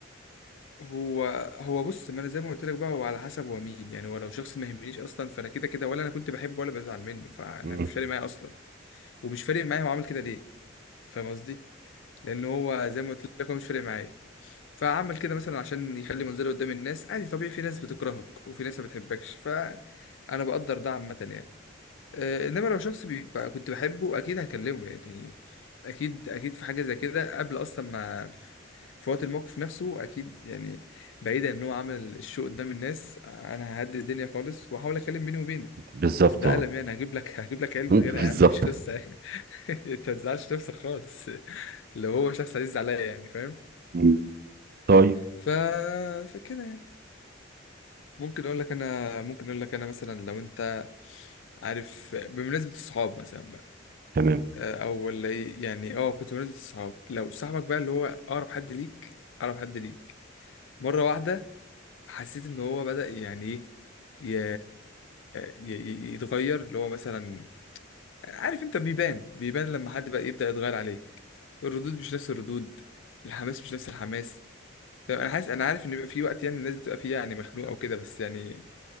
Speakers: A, on the left; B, on the right.
A: هو هو بص ما انا زي ما قلت لك بقى هو على حسب هو مين يعني هو لو شخص ما يهمنيش اصلا فانا كده كده ولا انا كنت بحبه ولا بزعل منه فانا
B: مم.
A: مش فارق معايا اصلا ومش فارق معايا هو عمل كده ليه فاهم قصدي لان هو زي ما قلت لك هو مش فارق معايا فعمل كده مثلا عشان يخلي منظره قدام الناس عادي طبيعي في ناس بتكرهك وفي ناس ما بتحبكش فانا بقدر ده عامه يعني آه، انما لو شخص بيبقى كنت بحبه اكيد هكلمه يعني اكيد اكيد في حاجه زي كده قبل اصلا ما في وقت الموقف نفسه اكيد يعني بعيدا ان هو عمل الشو قدام الناس انا ههدي الدنيا خالص واحاول اتكلم بيني وبينه
B: بالظبط
A: بس ده
B: اه
A: قلم يعني هجيب لك <laughs> هجيب لك علبه
B: <laughs> مم. بالظبط
A: غيرها يا عم مش قصه يعني <laughs> انت ما تزعلش نفسك خالص لو هو شخص عزيز عليا يعني فاهم
B: مم. طيب
A: ف فكده يعني ممكن اقول لك انا ممكن اقول لك انا مثلا لو انت عارف بمناسبه الصحاب مثلا بقى
B: تمام
A: آه، او ولا ايه يعني اه كنت بمناسبه الصحاب لو صاحبك بقى اللي هو اقرب حد ليك اقرب حد ليك مره واحده حسيت ان هو بدأ يعني ايه ي... ي... ي- يتغير اللي هو مثلا عارف انت بيبان بيبان لما حد بقى يبدأ يتغير عليك الردود مش نفس الردود الحماس مش نفس الحماس طيب انا حاسس انا عارف ان بيبقى في وقت يعني الناس بتبقى فيه يعني مخنوقه وكده بس يعني